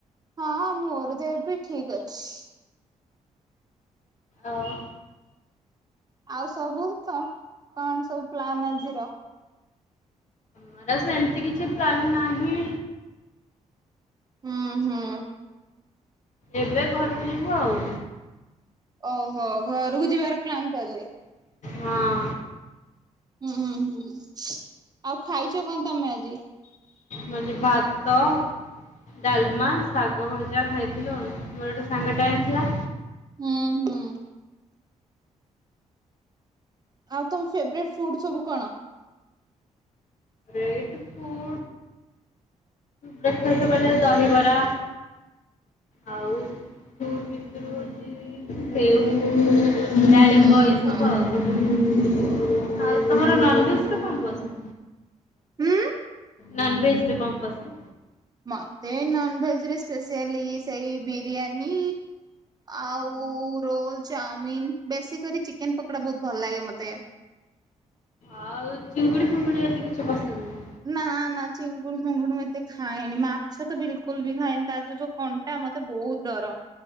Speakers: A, on the right (about 30°); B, on the left (about 70°).
A: ହଁ ମୋର ଦେହ ବି ଠିକ ଅଛି।
B: ଆଉ।
A: ଆଉ ସବୁ ସ- କଣ ସବୁ ପ୍ଲାନ୍ ଆଜିର?
B: ମୋର ସେମତି କିଛି ପ୍ଲାନ୍ ନାହିଁ।
A: ହୁଁ, ହୁଁ।
B: ଏବେ ଘରକୁ ଯିବୁ ଆଉ।
A: ଓହୋ, ଘରକୁ ଯିବାର ପ୍ଲାନ୍ ତାହେଲେ?
B: ହଁ।
A: ହୁଁଁ, ହୁଁ ଆଉ ଖାଇଛ କଣ ତୋମେ ଆଜି?
B: ମୁଁ ଆଜି ଭାତ ଡାଲମା, ଶାଗ ଭଜା ଖାଇଥିଲୁ ଆଉ, ମୋର ଗୋଟେ ସାଙ୍ଗ ଟେ ଆଣି ଥିଲା।
A: ହୁଁ, ହୁଁ। ଆଉ ତୋମ ଫେବରେଟ୍ ଫୁଡ୍ ସବୁ କଣ?
B: ଏଇଟି ଫୁ ବିଶେଷ କହିଲେ ଦହିବରା। ଆଉ ଫୁଟ୍ ଭିତରୁ ହଉଛି ସେଉ <inaudible> ଡାଳିମ୍ବ
A: ଓହୋ
B: ଏଇ ସବୁ ଆଉ, ଆଉ ତୋମର ନନଭେଜ୍ ରେ କଣ ପସନ୍ଦ?
A: ହୁଁ।
B: ନନଭେଜ୍ ରେ କଣ ପସନ୍ଦ?
A: ମୋତେ ନନଭେଜ୍ ରେ ସ୍ପେସିଆଲି ସେଇ ବିରିୟାନୀ। ଆଉ ରୋଲ୍ ଚାଉମିିନ ବେଶୀ କରି ଚିକେନ ପକୋଡା ବହୁତ ଭଲ ଲାଗେ ମତେ।
B: ଆଉ ଚିଙ୍ଗୁଡି ଫିଙ୍ଗୁଡି ଏତେ କିଛି ପସନ୍ଦ ନୁହଁ।
A: ନାଁ ନାଁ ଚିଙ୍ଗୁଡି ମୀଙ୍ଗୁଡ଼ି ମୁଁ ଏତେ ଖାଏନି ମାଛ ତ ବିଲକୁଲ୍ ବି ଖାଏନି ତାର ଯୋଉ ସବୁ କଣ୍ଟା ମତେ ବହୁତ ଡର।